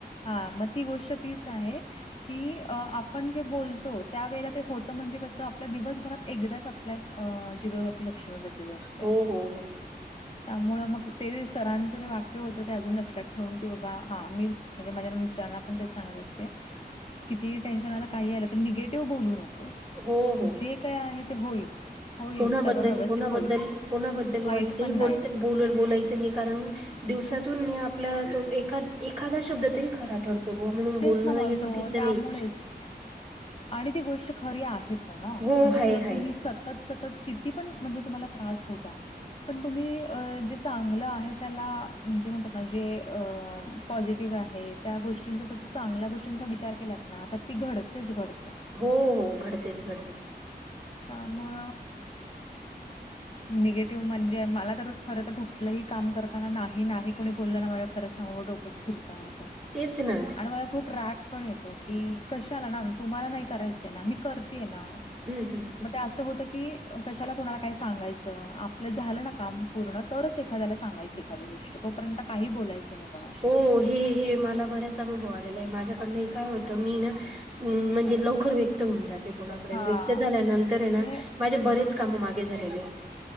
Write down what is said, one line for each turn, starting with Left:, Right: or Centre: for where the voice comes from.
Left: हा मग ती गोष्ट तीच आहे. की, आ आपण जे बोलतो त्या वेळे ते होतं. म्हणजे कसं आपल्या दिवसभरात एकदाच आपल्या. अ जिबेवरती लक्ष्मी बसलेली असत्या.
Right: हो हो <inaudible>
Left: त्यामुळ मग ते सरांचं तेे वाक्य होतं ते अजून लक्षात ठेवून की, बाबा हा मी''. म्हणजे माझ्या मिस्टरांना पण ते सांगत असते किती टेन्शन आला काही आलं तर निगेटिव्ह बोलू नको ''--'' वस
Right: हो हो
Left: जे काय आहे ते होईल. होईल
Right: कोणाबद्दल
Left: सगळं व्यवस्थित
Right: कोणाबद्दल
Left: होईल.
Right: कोणाबद्दल
Left: वाईट
Right: वाईटही
Left: पण नाही.
Right: बोल बोल बोलायचं नाही कारण. दिवसातून आपल्या तो एखा एखादा शब्द तरी खरा ठरतो. तो ब म्हणून
Left: तेच
Right: बोलण
Left: ना
Right: नाही
Left: मग तो
Right: चुकीचं
Left: त्यामुळेच.
Right: नाही.
Left: आणि ती गोष्ट खरी आहे. पण म्हणजे
Right: हो हाय
Left: जर
Right: हाय
Left: तुम्ही स''--'' सतत सतत किती पण म्हणजे तुम्हाला त्रास होऊ द्या पण तुम्ही अ जी ''--'' चांगलं आहे त्याला म्हणजे म्हणतात ना जे अ पॉझिटिव्ह आहे त्या गोष्टींचा स''--'' चांगल्या गोष्टींचा विचार केलात ना तर ती घडतेच घडते.
Right: हो हो, घडतेच घडते.
Left: त्यामुळ निगेटिव्ह म्हणजे मलात. तर खर तर कुठलंही काम करताना नाही नाही कोणी बोलला ना माझ्या खरं सांगू डोकंच फिरतं माझं.
Right: तेच ना.
Left: आणि मला खूप राग पण येतो की, कशाला ना तुम्हाला नाही करायच आहे. ना मी करतेय ना.
Right: हम्म हम्म
Left: मग ते असं होत की, कशाला कुणाला काही सांगायचं आपलं झालं ना काम पूर्ण तरच एखाद्याला सांगायचे. एखादी गोष्ट तोपर्यंत काही बोलायचं नाही. कोणाशी.
Right: होय. ही ही, मला बऱ्याच अनुभव आलेला आहे. माझ्याकडनं काय होतं मी ना अ म्हणजे लवकर वे ''--'' व्यक्त होऊन जाते. कोणाकडे
Left: हां,
Right: व्यक्त झाल्यानंतर
Left: म्हणजे
Right: ना माझे बरेच काम मागे झालेले होते.